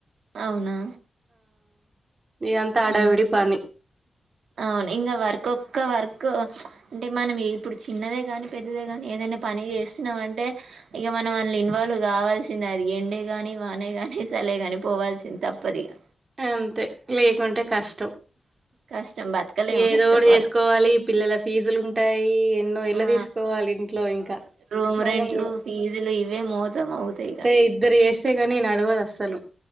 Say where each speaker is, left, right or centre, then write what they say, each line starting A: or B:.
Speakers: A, on the right; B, on the right.
A: అవునా
B: ఇగ అంతా ఆడావిడి
A: మ్మ్
B: పని
A: అవును ఇంగ వర్క్ ఒక్క వర్క్ అంటే మనం ఇప్పుడు చిన్నదే గాని పెద్దదే గాని ఏదై పని చేస్తున్నాం అంటే ఇగ మనం అన్లా ఇన్వాల్వ్ గావాల్సిందే అది ఇగ ఎండే గానీ వానే గాని సలే కాని పోవాల్సింది తప్పదిగా
B: అంతే లేకుంటే కష్టం
A: కష్టం బతకలేము
B: ఏదో
A: ఫస్ట్
B: ఒటి
A: ఆఫ్
B: చేసుకోవాలి
A: ఆల్
B: పిల్లల ఫీజులు ఉంటాయి <unintelligible> ఎన్నో ఏళ
A: ఆ
B: తీసుకోవాలి ఇంట్లో ఇంకా
A: రూమ్
B: మనం
A: రెంట్లు
B: గుడా
A: ఫీజులు ఇవే మోతం అవుతాయి ఇగ
B: తే ఇద్దరు జేసి తేగానీ నడవదు అసలు